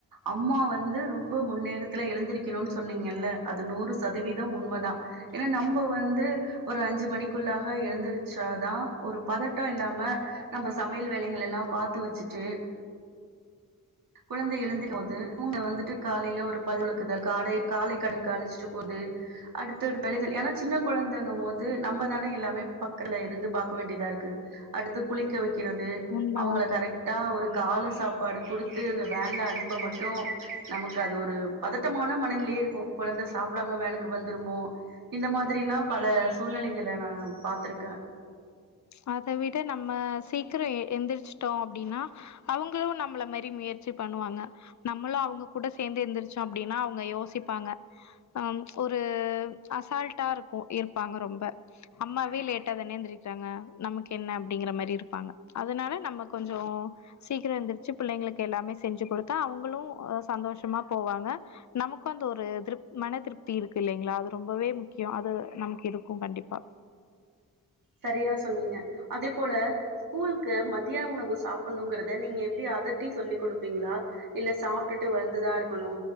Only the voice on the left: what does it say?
உண்மதா
ச்ச அத விட நம்ம சீக்கிர எந்திர்ச் டோ அப்டினா அவுங் வுங்களு நம்மள மாரி முயற்சி பண்ணுவாங்க நம்மளு அவுங்க கூட சேர்ந்து எந்திரிச்சோ அப்டின்னா அவுங்க யோசிப்பாங்க ஆம் ச்ச ஒரு ச்ச அசால்டா இருக்கோ இருப்பாங்க ரொம்ப அம்மாவே லேட்டா தானே எந்திரிட்டாங்க நமக்கு என்ன அப்டிங்கிற மாரி இருப்பாங்க அதனால நம்ம கொஞ்சோ சீக்கிர எந்துரிச்சு பிள்ளைங்களுக்கு எல்லாமே செஞ்சு கொடுத்தா அவுங்களு அ சந்தோஷமா போவாங்க நமக்கு அந்த ஒரு திருப் மன திருப்தி இருக்கில்லைங்களா அது ரொம்பவே முக்கியொ அது நமக்கு இருக்கு கண்டிப்பா